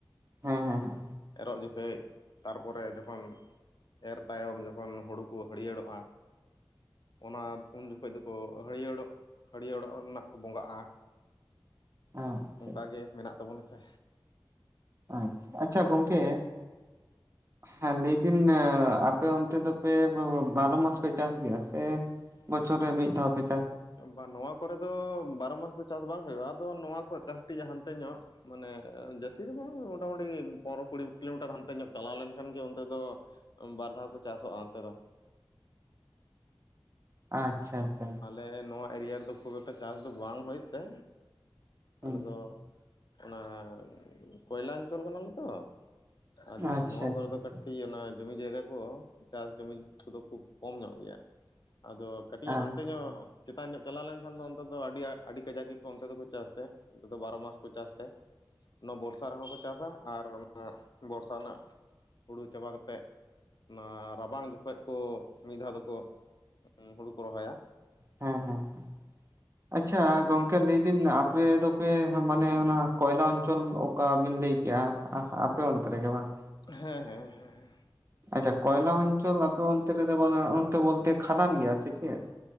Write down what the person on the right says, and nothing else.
ᱦᱮᱸ ᱦᱮᱸ ᱦᱮᱸ
ᱟᱪᱪᱷᱟ
ᱟᱪᱪᱷᱟ
ᱟᱪᱷᱟ ᱟᱪᱪᱷᱟ ᱜᱚᱝᱠᱮᱼᱼ ᱦᱮᱸ ᱞᱟᱹᱭᱫᱤᱱ ᱟᱯᱮ ᱚᱱᱛᱮ ᱫᱚᱯᱮ ᱵᱟᱨᱚ ᱢᱟᱥ ᱯᱮ ᱪᱟᱥ ᱜᱮᱭᱟ? ᱥᱮᱼᱼ ᱵᱚᱪᱷᱚᱨ ᱨᱮ ᱢᱤᱫ ᱫᱷᱟᱣ ᱯᱮᱼᱼ
ᱟᱪᱪᱷᱟ-ᱟᱪᱪᱷᱟ
ᱦᱩᱸ
ᱟᱪᱪᱷᱟ
ᱟᱪᱪᱷᱟ
ᱟᱪᱪᱷᱟ
ᱟᱪᱪᱷᱟ
ᱦᱮᱸ-ᱦᱮᱸ-ᱦᱮᱸ ᱟᱪᱪᱷᱟ ᱜᱚᱝᱠᱮ ᱞᱟᱹᱭ ᱫᱟᱹᱧ ᱟᱯᱮ ᱫᱚᱯᱮ ᱢᱟᱱᱮ ᱚᱱᱟ ᱠᱚᱭᱞᱟ ᱚᱧᱪᱚᱞᱼᱼ ᱚᱠᱟ ᱵᱤᱱ ᱞᱟᱹᱭ ᱠᱮᱜ-ᱟ ᱟᱯᱮ ᱚᱱᱛᱮ ᱨᱮᱜᱮ ᱵᱟᱝ?
ᱟᱪᱪᱷᱟ ᱠᱚᱭᱞᱟ ᱚᱧᱪᱚᱞ ᱟᱯᱮ ᱚᱱᱛᱮ ᱨᱮᱫᱚ <unintelligible> ᱚᱱᱛᱮ ᱵᱚᱞᱛᱮ ᱠᱷᱟᱫᱟᱱ ᱜᱮᱭᱟ ᱥᱮ ᱪᱮᱫ?